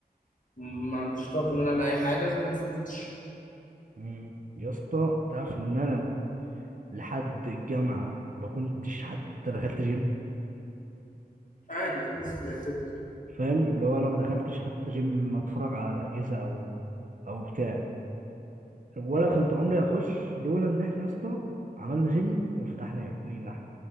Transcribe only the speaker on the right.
مم. يا اسطى تعرف ان انا لحد الجامعه ما كنتش حتى دخلت جيم
فاهم اللي هو انا ما دخلتش حتى جيم اتفرج على الاجهزه او او بتاع ولا كنت عمري اخش لولا ان احنا يا اسطى عملنا جيم وفتحناه لينا احنا